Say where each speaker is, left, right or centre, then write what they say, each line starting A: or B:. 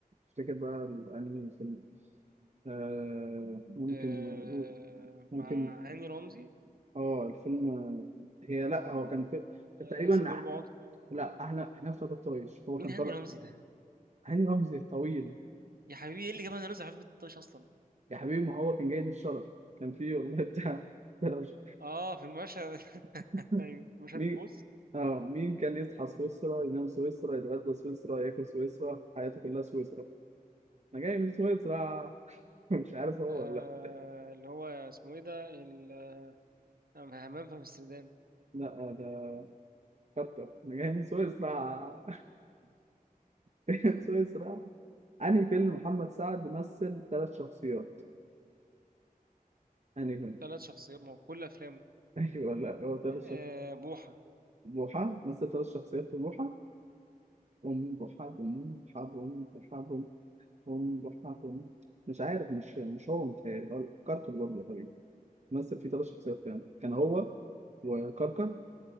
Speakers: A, on the right (about 50°); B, on the right (about 80°).
A: تفتكر بقى ال- انهي فيلم آه ممكن
B: آه
A: نقول- ممكن
B: مع هاني رمزي
A: اه الفيلم آه، هي لا هو كان في...
B: آه
A: تقريبا
B: أسد وأربع
A: أح...
B: عطل
A: لا احنا احنا في فتى الطايش هو
B: مين
A: كان
B: هاني
A: طالع
B: رمزي ده؟
A: هاني رمزي الطويل
B: يا حبيبي إيه اللي جاب هاني رمزي عفيف الطيش أصلا؟
A: يا حبيبي ما هو كان جاي ضيف شرف كان فيه والله بتاع ده لو ش-
B: اه في المشهد <laughs>
A: <laughs>
B: أيوه مشهد
A: مين
B: البوس
A: اه مين كان يصحى سويسرا ينام سويسرا يتغدى سويسرا ياكل سويسرا حياته كلها سويسرا انا جاي من سويسرا <laughs> مش عارف هو
B: آه
A: ولا لا
B: اللي هو اسمه إيه ده؟ ال- همام في أمستردام
A: لا آه، ده كركر انا جاي من سويسرا <laughs> سويسرا انهي فيلم محمد سعد مثل ثلاث شخصيات انهي فيلم
B: ثلاث شخصيات ما هو كل أفلامه
A: <laughs> ايوه لا هو ثلاث
B: آه
A: شخصيات
B: بوحة
A: بوحة مثل ثلاث شخصيات في بوحة أم بوحة أم بوحة أم بوحة هم بحبهم مش عارف مش مش هو متهيألي هو كركر برضه يا حبيبي مثل فيه ثلاث شخصيات فعلا كان هو وكركر